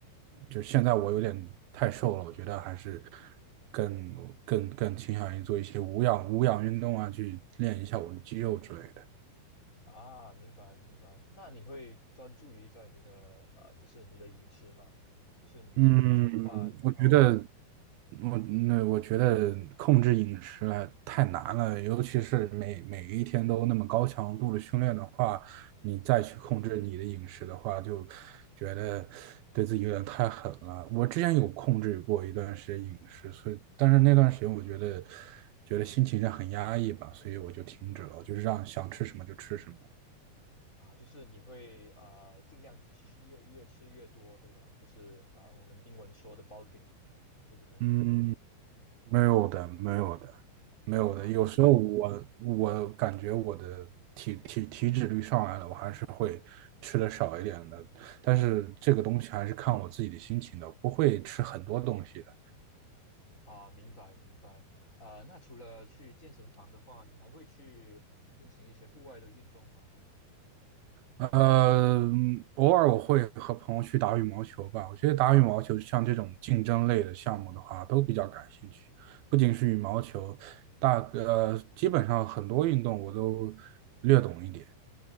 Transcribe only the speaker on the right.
就现在我有点太瘦了，我觉得还是更更更倾向于做一些无氧无氧运动啊，去练一下我的肌肉之类的。
嗯，
我觉得我那我觉得控制饮食来太难了，尤其是每每一天都那么高强度的训练的话，你再去控制你的饮食的话，就觉得对自己有点太狠了。我之前有控制过一段时间饮食，所以但是那段时间我觉得觉得心情上很压抑吧，所以我就停止了，我就是让想吃什么就吃什么。
嗯，没有的，没有的，没有的。
有时候我我感觉我的体体体脂率上来了，
我还是会吃的少一点的。但是这个东西还是看我自己的心情的，不会吃很多东西的。
呃，偶尔我会和朋友去打羽毛球吧。我觉得打羽毛球像这种竞争类的项目的话，都比较感兴趣。不仅是羽毛球，大呃，基本上很多运动我都略懂一点，